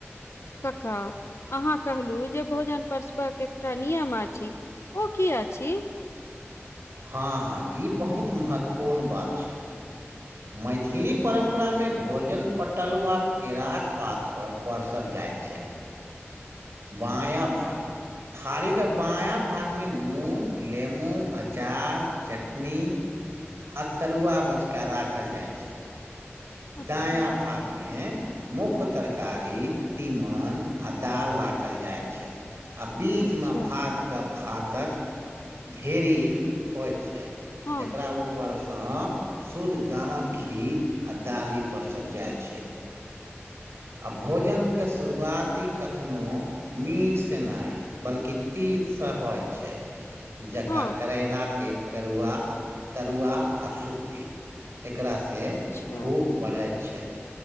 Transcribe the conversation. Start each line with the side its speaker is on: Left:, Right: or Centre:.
Left: कका अहाँ कहलहुँ जे भोजन पसबाक एकटा नियम अछि ओ किया छी
Right: हँ हँ ई बहुत महत्वपूर्ण बात छै
Left: <inaudible>
Right: मैथिली परम्परामे भोजन पटलआा केराक पातपर पररसर जाइत छै
Left: <inaudible>
Right: बायाँ भाग थारी के बायाँ भागमे नून लेमू अचार अचार चटनी आ तरुआ बचका राखल जाय छै
Left: अच्छा,
Right: दाया भाग मे मुख्य तरकारी तीमन आ दाल राखल जाय छै आ बीचमे
Left: अच्छा,
Right: भात कऽ भातक ढेरी होइत छै
Left: हँ,
Right: जकरा ऊपरसँ शुद्ध गामक घी आ दाली परसल जाइत छै आ भोजनके शुरुआती कखनो मीटसँ नहि बल्कि तीत सँ होइ छै जक
Left: हँ,
Right: करैला के करुआ तरुआ आ सुक्ती एकराास सऽ
Left: अच्छा,
Right: भूख बढ़ै छै